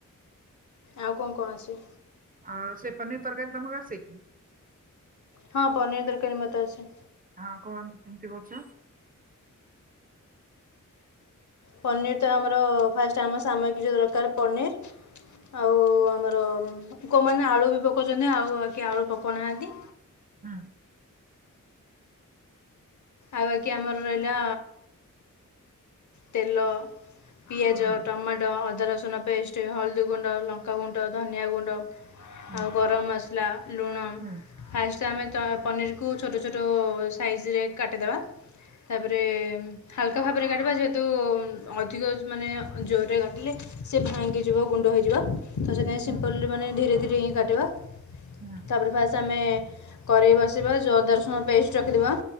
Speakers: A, on the left (about 60°); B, on the right (about 25°).
A: ଆଉ କଣ କଣ ଆସେ?
B: ଆଉ ସେ ପନିର ତରକାରୀ ତମକୁ ଆସେଇ?
A: ହଁ ପନିର ତରକାରୀ ମତେ ଆସେ।
B: ହଁ କୋହନ କେମତି କରୁଚୁ?
A: ପନିର ତ ଆମର ଫାଷ୍ଟ ଆମ ସାମଗ୍ରିରେ ଦରକାର ପନିର ଆଉ ଆମର କୋଉମାନେ ଆଳୁ ବି ପକଉଛନ୍ତି ଆଉ ବାକି ଆଳୁ ପକଉନାହାନ୍ତି।
B: ହଁ।
A: ଆଉ ବାକି ଆମର ରହିଲା ତେଲ ପିଆଜ
B: ହୁଁ
A: ଟମାଟ ତ ଅଦା ରସୁଣ ପେଷ୍ଟ, ହଳଦୀ ଗୁଣ୍ଡ, ଲଙ୍କାଗୁଣ୍ଡ, ଧନିଆ ଗୁଣ୍ଡ
B: ହୁଁ
A: ଆଉ ଗରମ ମସଲା, ଲୁଣ
B: ହୁଁ
A: ଫାଷ୍ଟ ଆମେ ପନିରକୁ ଛୋଟ ଛୋଟ ସାଇଜରେ କାଟିଦେବା। ତାପରେ ହାଲକା ଭାବରେ କାଟିବା ଯେ କିନ୍ତୁ ଅଧିକ ମାନେ ଜୋରରେ କାଟିଲେ ସେ ଭାଙ୍ଗିଯିବ ଗୁଣ୍ଡ ହେଇଯିବ। ତ ସେଥିପାଇଁ
B: ହୁଁ
A: ସିମ୍ପଲ ମାନେ ଧୀରେ ଧୀରେ ହିଁ କାଟିବା।
B: ହଁ।
A: ତାରେ ଫାଷ୍ଟ ଆମେ କରେଇ ବସେଇବା, ଅଦା ରସୁଣ ପେଷ୍ଟ ରଖି ଦବା,